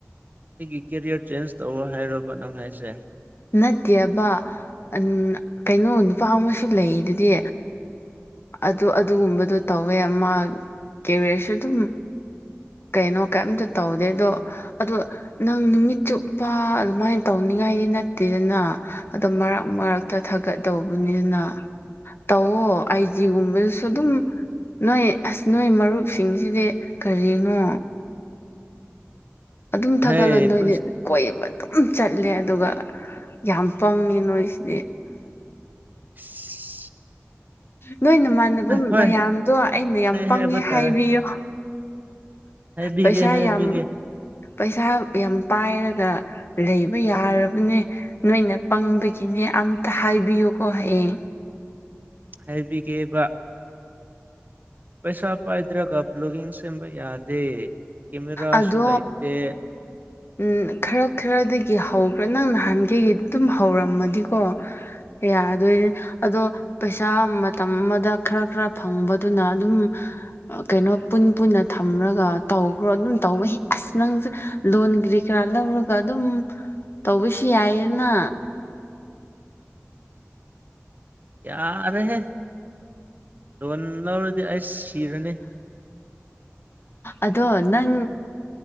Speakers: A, on the right; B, on the left.
A: ꯑꯩꯒꯤ ꯀꯦꯔꯤꯌꯔ ꯆꯦꯟꯖ ꯇꯧꯔꯣ ꯍꯥꯏꯔꯣꯕ ꯅꯪ ꯍꯥꯏꯁꯦ
B: ꯅꯠꯇꯦꯕ ꯎꯝ ꯀꯩꯅꯣ ꯅꯨꯄꯥ ꯑꯃꯁꯨ ꯂꯩꯗꯨꯗꯤ ꯑꯗꯣ ꯑꯗꯨꯒꯨꯝꯕꯗꯣ ꯇꯧꯋꯦ ꯃꯥ ꯀꯦꯔꯤꯌꯔꯁꯨ ꯑꯗꯨꯝ ꯀꯩꯅꯣ ꯀꯩꯝꯇ ꯇꯧꯗꯦ ꯑꯗꯣ ꯑꯗꯣ ꯅꯪ ꯅꯨꯃꯤꯠ ꯆꯨꯞꯄ ꯑꯗꯨꯃꯥꯏꯅ ꯇꯧꯅꯤꯡꯉꯥꯏꯗꯤ ꯅꯠꯇꯦꯗꯅ ꯑꯗꯣ ꯃꯔꯛ ꯃꯔꯛꯇ ꯊꯥꯒꯠꯗꯧꯕꯅꯤꯅ ꯇꯧꯑꯣ ꯑꯥꯏꯖꯤꯒꯨꯝꯕꯗꯁꯨ ꯑꯗꯨꯝ ꯅꯣꯏ ꯑꯁ ꯅꯣꯏ ꯃꯔꯨꯞꯁꯤꯡꯁꯤꯗꯤ ꯀꯔꯤꯅꯣ ꯑꯗꯨꯝ ꯊꯥꯒꯠꯂꯣ
A: ꯍꯩ
B: ꯅꯣꯏꯗꯤ
A: ꯄꯨꯟꯁ
B: ꯀꯣꯏꯕ ꯑꯗꯨꯝ ꯆꯠꯂꯦ ꯑꯗꯨꯒ ꯌꯥꯝ ꯄꯪꯉꯤ ꯅꯣꯏꯁꯤꯗꯤ
A: <inaudible>
B: ꯅꯣꯏ ꯅꯃꯥꯟꯅꯕ
A: ꯍꯣꯏ
B: ꯃꯌꯥꯝꯗꯣ ꯑꯩꯅ ꯌꯥꯝ ꯄꯪꯉꯦ
A: ꯍꯥꯏꯕ
B: ꯍꯥꯏꯕꯤꯌꯣ
A: ꯇꯥꯔꯦ ꯍꯥꯏꯕꯤꯒꯦ
B: ꯄꯩꯁꯥ
A: ꯍꯥꯏꯕꯤꯒꯦ
B: ꯌꯥꯝ ꯄꯩꯁꯥ ꯌꯥꯝ ꯄꯥꯏꯔꯒ ꯂꯩꯕ ꯌꯥꯔꯕꯅꯦ ꯅꯣꯏꯅ ꯄꯪꯕꯒꯤꯅꯦ ꯑꯝꯇ ꯍꯥꯏꯕꯤꯌꯨꯀꯣ ꯍꯌꯦꯡ
A: ꯍꯥꯏꯕꯤꯒꯦꯕ ꯄꯩꯁꯥ ꯄꯥꯏꯗ꯭ꯔꯒ ꯕ꯭ꯂꯣꯒꯤꯡ ꯁꯦꯝꯕ ꯌꯥꯗꯦ ꯀꯦꯃꯦꯔꯥꯁꯨ
B: ꯑꯗꯣ
A: ꯂꯩꯇꯦ
B: ꯎꯝ ꯈꯔ ꯈꯔꯗꯒꯤ ꯍꯧꯒ꯭ꯔꯥ ꯅꯪ ꯅꯍꯥꯟꯒꯩꯗꯩ ꯑꯗꯨꯝ ꯍꯧꯔꯝꯃꯗꯤꯀꯣ ꯌꯥꯗꯣꯏꯅꯦ ꯑꯗꯣ ꯄꯩꯁꯥ ꯃꯇꯝ ꯑꯃꯗ ꯈꯔ ꯈꯔ ꯐꯪꯕꯗꯨꯅ ꯑꯗꯨꯝ ꯀꯩꯅꯣ ꯄꯨꯟ ꯄꯨꯟꯅ ꯊꯝꯔꯒ ꯇꯧꯒ꯭ꯔꯣ ꯑꯗꯨꯝ ꯇꯧꯕꯍꯦ ꯑꯁ ꯅꯪꯁꯦ ꯂꯣꯟ ꯀꯔꯤ ꯀꯔꯥ ꯂꯧꯔꯒ ꯑꯗꯨꯝ ꯇꯧꯕꯁꯨ ꯌꯥꯏꯌꯦꯅ
A: ꯌꯥꯔꯦꯍꯦ ꯂꯣꯟ ꯂꯧꯔꯗꯤ ꯑꯩ ꯁꯤꯔꯅꯤ
B: ꯑꯗꯣ ꯅꯪ